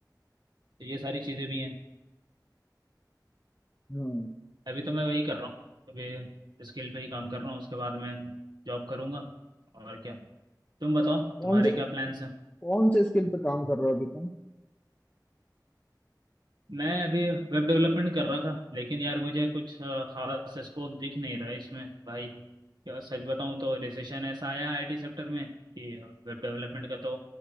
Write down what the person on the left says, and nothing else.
हम्म
कौन
से
कौन से स्किल पे काम कर रहे हो अभी तुम